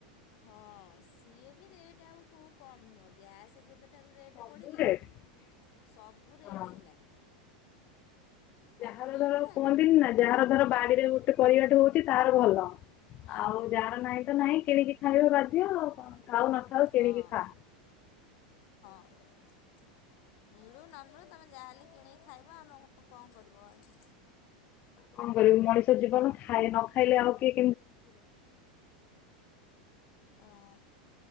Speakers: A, on the left; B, on the left.
A: ହଁ ସିଏ ବି ରେଟ୍ ଆଉଉବ କମ୍ ନୁହଁ ଗ୍ୟାସ୍ ଯେ-। ରେଟ
B: ସବୁ
A: ପଢିଲାଣି
B: ରେଟ୍
A: ସବୁ ରେଟ
B: ହଁ
A: ହେଲାଣି। ସବୁ
B: ଯାହାର
A: ରେଟ୍
B: ଧର କୁହନ୍ତିନି ନା ଯାହାର ଧର ବାଡିରେ ଗୋଟେ ପରିବାଟେ ହଉଛି ତହାର ଭଲ।
A: ହଁ।
B: ଆଉ ଯାହାର ନାହିଁ ତ ନାହିଁ କିଣିକି ଖାଇବା ବାଧ୍ୟ ଆଉ କଣ। ଖଥାାଉ ନଥାଉ କିଣିକି
A: ହଁ
B: ଖା।
A: <inaudible> ମିଳୁ ନ ମିଳୁ ତମେ ଯାହାହେଲେ କିଣିକି ଖାଇ ଆମେ କଣ କରିବୁ ଆଉ।
B: କଣ କରିବି ମଣିଷ ଜୀବନ ଖାଏ ନ ଖାଇଲେ ଆଉ କେ
A: ହଁ